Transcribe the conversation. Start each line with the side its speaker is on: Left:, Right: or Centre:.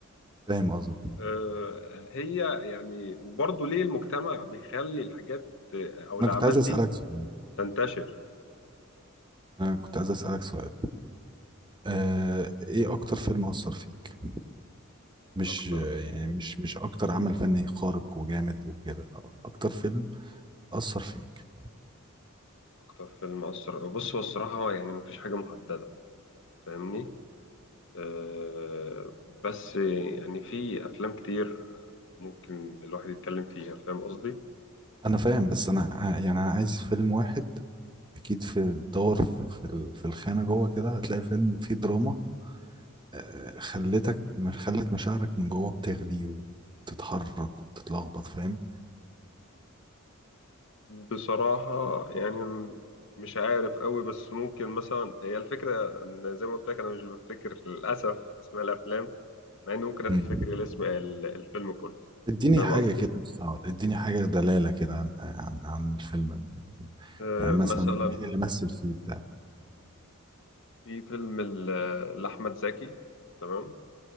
Right: فاهم قصدك
Left: آه، هي يعني وبرضو ليه المجتمع بيخلي الحاجات آه، او الاعمال
Right: انا كنت عايز اسألك
Left: دي
Right: سؤال
Left: تنتشر
Right: انا كنت عايز اسألك سؤال آه ايه اكتر فيلم اثر فيك مش
Left: اكتر
Right: يعني مش مش اكتر عمل فني خارق وجامد وكده اكتر فيلم اثر فيك
Left: اكتر فيلم اثر بص هو الصراحه هو يعني مفيش حاجه محدده فاهمني أه بس يعني في افلام كتير ممكن الواحد يتكلم فيها فاهم قصدي
Right: انا فاهم بس انا ع- يعني انا عايز فيلم واحد اكيد في الدور في في ال- في الخانه جوه كده هتلاقي فيلم فيه دراما آه، خلتك مش خلت مشاعرك من جوه بتغلي وبتتحرك وبتتلخبط فاهم
Left: بصراحه يعني م- مش عارف قوي بس ممكن مثلا هي الفكره ان زي ما قلت لك انا مش بفتكر للاسف اسماء الافلام مع اني ممكن افتكر
Right: مم.
Left: الاسم ال- الفيلم كله
Right: اديني
Left: فاهم
Right: حاجه
Left: قصدي
Right: كده بس، آه، اديني حاجه دلاله كده عن عن, عن الفيلم يعني,
Left: أه
Right: يعني مثلا
Left: مثلا
Right: مين اللي مثل فيه بتاع
Left: في فيلم ل- لاحمد زكي تمام